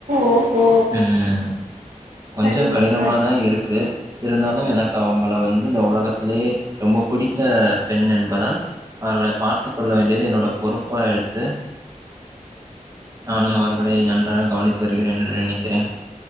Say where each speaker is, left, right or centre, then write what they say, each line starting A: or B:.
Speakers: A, on the right; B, on the right.
A: ஓஹோ
B: ம் கொஞ்சோ
A: சரிங்க
B: கடினமாதா
A: சரி
B: இருக்கு இருந்தாலு எனக்கு அவுங்கள வந்து இந்த ஒலகத்திலியே ரொம்ப பிடித்த பெண் என்பதால் அவர்களைப் பார்த்து கொள்ள வேண்டியது என்னோடப் பொறுப்பா எடுத்து நானும் அவர்களை
A: ஆ
B: நன்றாக கவனித்து வருகிறேன் என்று நினைக்கிறேன்